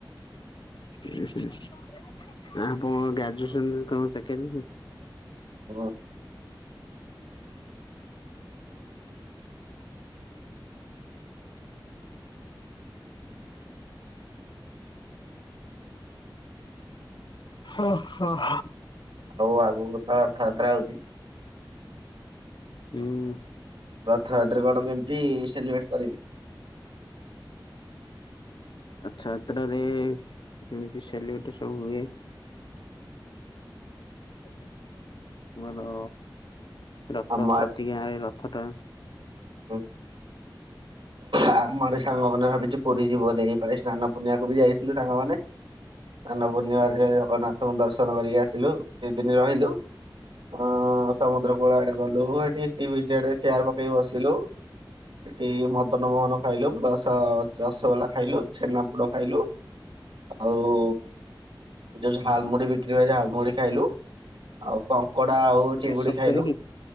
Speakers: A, on the left (about 65°); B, on the right (about 75°).
A: ଏ ଆ ଆପଣଙ୍କ ଗ୍ରାଜୁଏସନ୍ ରେ କଣ ଚାକିରି ଏବେ
B: ହଁ।
A: ଓ ହ ହ।
B: ହଉ ଆଗୁକୁ ତ ରଥଯାତ୍ରା ହଉଚି।
A: ହୁଁ।
B: ରଥଯାତ୍ରା କଣ କେମିତି ସେଲିବେଟ୍ କରି
A: ଆଚ୍ଛା ଆତ୍ରାରେ କେମିତି ସେଲିବେଟ ସବୁ ହୁଏ? ତୁମର ରଥ
B: ଆମ
A: ପ୍ରତି ଗାଁରେ ରଥ ଟାଣ।
B: ଉ ଆମ ଆଡ଼େ ସାଙ୍ଗମାନେ ଭାବିଚୁ ପୁରୀ ଯିବୁ ବୋଲି ଏଇ ପାଳି ସ୍ନାନ ପୁର୍ଣିମାକୁ ବି ଯାଇଥିଲୁ ସାଙ୍ଗମାନେ। ଆନ ପୂର୍ଣ୍ଣିିବାରରେ ଜଗନ୍ନାଥଙ୍କୁ ଦର୍ଶନ କରି ଆସିଲୁ ଦି ଦିନି ରହିଲୁ। ଅଁ ସମୁଦ୍ର କୂଳ ଆଡ଼େ ଗଲୁ ଏଠି ସି ବିଚ୍ ଆଡ଼େ ଚିୟାର ପକେଇ ବସିଲୁ। ଏଇ ମଦନ ମୋହନ ଖାଇଲୁ ରସ ରସଗୋଲା ଖାଇଲୁ ଛେନା ପୋଡ଼ ଖାଇଲୁ। ଆଉ ଯୋଉ ଝାଲ ମୁଢ଼ି ବିକ୍ରି ହୁଏ ଝାଲ ମୁଢ଼ି ଖାଇଲୁ ଆଉ କଙ୍କଡ଼ା ଆଉ ଉ ଚିଙ୍ଗୁଡ଼ି
A: ସତରେ
B: ଖାଇଲୁ।
A: କି